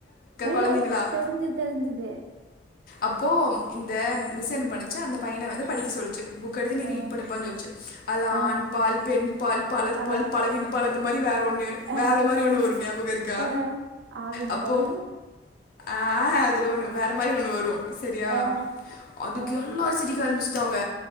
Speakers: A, on the right; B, on the left.
A: ஓ
B: குழந்தைங்களா
A: தெரிஞ்சுது தெரிஞ்சுது
B: அப்போ இந்த மிஸ் என்ன பண்ணுச்சு அந்த பையன வந்து படிக்க சொல்லுச்சு புக் எடுத்து நீ
A: ஆ
B: ரீட் பண்ணுப்பான்னு சொல்ச்சு அதுல
A: ஆ
B: ஆண் பால் பெண் பால் பலர்
A: ஆ
B: பால் பழவின் பால் அந்த மாரி வேற ஒன்னு
A: ஆ
B: வேற மாரி ஒண்ணு வருமே ஞாபகோ இருக்கா
A: ஆ ஆவின்
B: அப்போ
A: பால்
B: ஆஹ அதுல ஒண்ணு வேற மாரி ஒண்ணு வரு சரியா
A: ஆ
B: அதுக்கு
A: ஆ
B: எல்லா சிரிக்க ஆரம்பிச்டாங்க